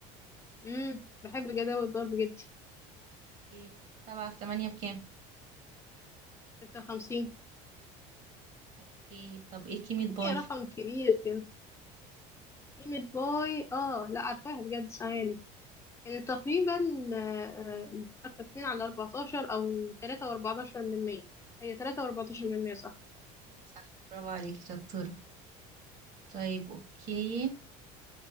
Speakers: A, on the left; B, on the right.
A: امم بحب جداول الضرب جدا
B: اوكي سبعة في تمانية بكام
A: 56
B: اوكي طب ايه كيمة باي
A: هي رقم كبير كده قيمة باي اه لا عارفاها بجد ثواني يعني تقريبا آه، آه، 2 على 14 أو 3 و14 من 100 هي 3 و14 من 100 صح
B: صح برافو عليكي شطورة طيب اوكي